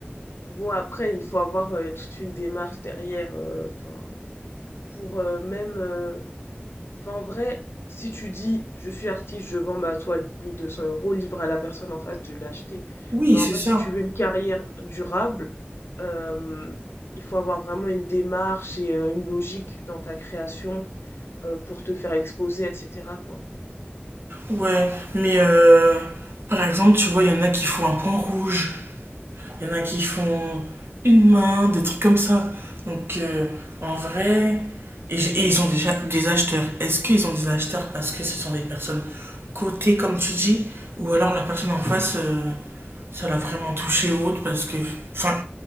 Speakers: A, on the left (about 75°); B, on the right (about 70°).
A: bon, après, il faut avoir euh, toute une démarche derrière, euh, enfin, pour euh, même. euh, Enfin, en vrai, si tu dis je suis artiste, je vends ma toile 1200 euros, libre à la personne en face de l'acheter.
B: <laughs> Oui,
A: Mais en
B: c'est
A: vrai,
B: ça.
A: si tu veux une carrière durable, euh, il faut avoir vraiment une démarche et euh, une logique dans ta création euh, pour te faire exposer, etc., quoi.
B: Ouais, mais euh, par exemple, tu vois, il y en a qui font un point rouge. Il y en a qui font une main, des trucs comme ça. Donc, euh, en vrai, et, et ils ont déjà des acheteurs. Est-ce qu'ils ont des acheteurs parce que ce sont des personnes cotées, comme tu dis, ou alors la personne en face, euh, ça l'a vraiment touché ou autre parce que, enfin,